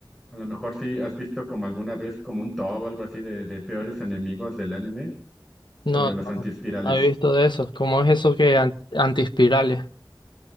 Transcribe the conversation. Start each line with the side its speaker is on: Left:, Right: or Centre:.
Centre: A lo mejor sí has visto como alguna vez como un top o algo así de, de peores enemigos del anime
Left: No,
Centre: sobre los antiespirales.
Left: no he visto de eso. ¿Cómo es eso que an- antiespirales?